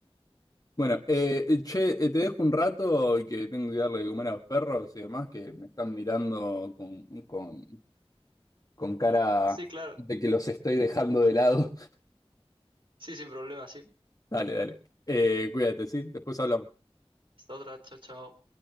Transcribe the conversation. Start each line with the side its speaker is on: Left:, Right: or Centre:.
Left: Bueno, eh, che, eh, te dejo un rato y que tengo que darle de comer a los perros y demás que me están mirando con, con, con cara
Right: Sí, claro,
Left: de que los estoy dejando de lado.
Right: sí, sin problema, sí.
Left: <laughs> Dale, dale. Eh, cuídate, ¿sí? Después hablamos.
Right: Hasta otra, chao, chao.